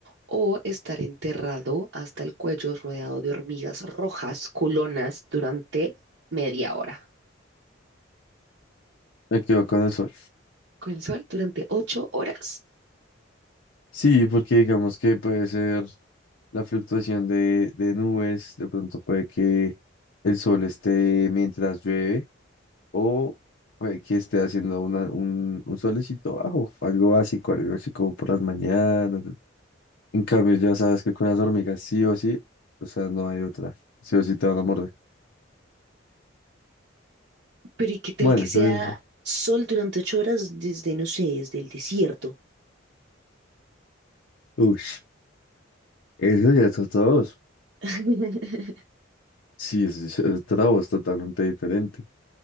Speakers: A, on the right; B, on the left.
A: o estar enterrado hasta el cuello rodeado de hormigas rojas culonas durante media hora.
B: Me quedo con el sol.
A: Con el sol durante ocho horas.
B: Sí, porque digamos que puede ser la fluctuación de, de nubes, de pronto puede que el sol esté mientras llueve o puede que esté haciendo una, un, un solecito bajo, algo básico, algo así como por las mañanas. En cambio, ya sabes que con las hormigas sí o sí, o sea, no hay otra, sí o sí te van a morder.
A: Pero ¿y qué tal
B: Bueno,
A: que
B: eso,
A: sea
B: es-
A: sol durante ocho horas desde, no sé, desde el desierto?
B: ush, eso ya es otra voz.
A: <laughs>
B: Sí, eso ya es otra voz totalmente diferente.